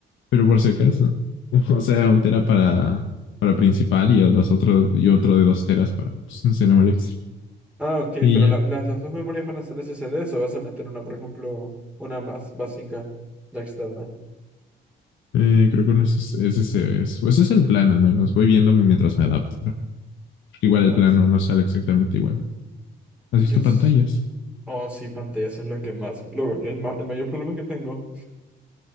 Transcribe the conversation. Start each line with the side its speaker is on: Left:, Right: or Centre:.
Left: Pero por si acaso, <laughs> o sea, un tera para, para principal y los otros, y otro de dos teras para, pues, no sé, memoria extra.
Centre: Ah, ok,
Left: Y
Centre: pero
Left: ya,
Centre: la- las, las dos memorias van a ser SSDs o vas a meter una, por ejemplo, una más básica, la externa.
Left: Eh, creo que no, ese es, ese es, eso. ese es el plan al menos. Voy viendo mientras me adapto. ¿no? Igual
Centre: Ah,
Left: el plano
Centre: s-
Left: no sale exactamente igual. ¿Has
Centre: yo
Left: visto
Centre: sí.
Left: pantallas?
Centre: Oh, sí, pantallas es lo que más. lo- el, ma- el mayor problema que tengo.